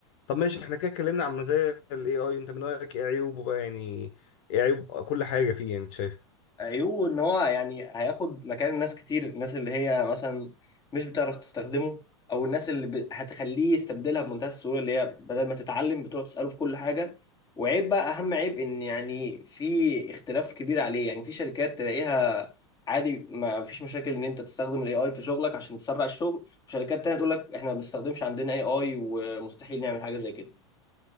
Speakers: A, on the left; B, on the left.
A: طب ماشي احنا كده اتكلمنا عن مزايا الاي اي انت من رايك ايه عيوبه بقى يعني ايه عيوب كل حاجه فيه يعني انت شايف
B: عيوبه ان هو يعني هياخد مكان ناس كتير الناس اللي هي مثلا مش بتعرف تستخدمه او الناس اللي ب... هتخليه يستبدلها بمنتهى السهوله اللي هي بدل ما تتعلم بتقعد تساله في كل حاجه وعيب بقى اهم عيب ان يعني في اختلاف كبير عليه يعني في شركات تلاقيها عادي ما فيش مشاكل ان انت تستخدم الاي اي في شغلك عشان تسرع الشغل وشركات تانية تقول لك احنا ما بنستخدمش عندنا اي اي ومستحيل نعمل حاجه زي كده